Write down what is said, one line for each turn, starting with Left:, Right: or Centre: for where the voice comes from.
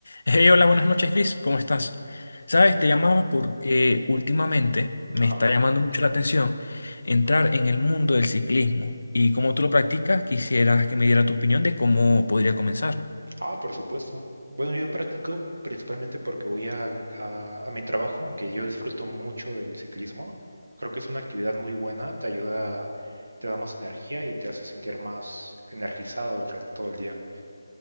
Left: Hey, hola, buenas noches, Chris. ¿Cómo estás? Sabes,
Right: ¿Qué tal?
Left: te llamaba porque últimamente me
Right: Ajá.
Left: está llamando mucho la atención entrar en el mundo del ciclismo. Y como tú lo practicas, quisieras que me diera tu opinión de cómo podría comenzar.
Right: Ah, por supuesto. Bueno, yo practico principalmente porque voy al- a, a mi trabajo, que yo disfruto mucho del ciclismo. Creo que es una actividad muy buena, te ayuda, te da más energía y te hace sentir más energizado durante todo el día.